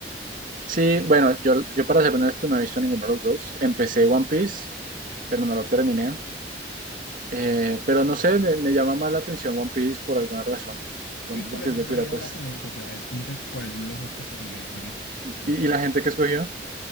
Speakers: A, on the right; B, on the left.
A: Sí, bueno, yo, yo para ser honesto no he visto ninguno de los dos. Empecé One Piece, pero no lo terminé. Eh, pero no sé, me, me llama más la atención One Piece por alguna razón. Pronto
B: Sí, por
A: porque
B: eso
A: es de
B: es válida
A: piratas.
B: la pregunta, o sea, es como que cuál de las dos preferirías ver y tal.
A: ¿Y,
B: Entonces,
A: y- la gente que escogió?